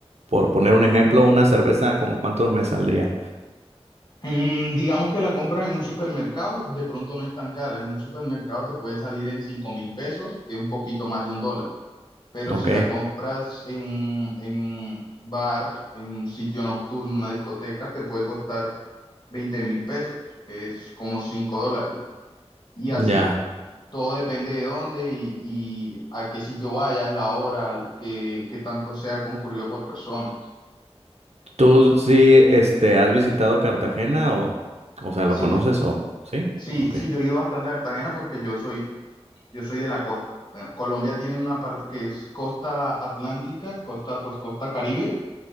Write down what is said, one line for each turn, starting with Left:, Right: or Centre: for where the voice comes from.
Right: por poner un ejemplo, una cerveza como cuánto me saldría.
Left: Mm, digamos que la compras en un supermercado, de pronto no es tan cara. En un supermercado te puede salir en cinco mil pesos, que es un poquito más de un dólar. Pero
Right: Ok,
Left: si la compras en, un- en un bar, en un sitio nocturno, una discoteca, te puede costar veinte mil pesos, que es como 5 dólares. Y así,
Right: ya.
Left: todo depende de dónde y, y a qué sitio vayas, la hora, que, que tanto sea concurrido por personas.
Right: ¿Tú sí, este, has visitado Cartagena o, o sea,
Left: Sí,
Right: lo conoces o sí?
Left: sí,
Right: Ok.
Left: sí, yo he ido bastante a Cartagena porque yo soy Yo soy de la costa. Bueno, Colombia tiene una parte que es costa atlántica, costa, pues costa Caribe.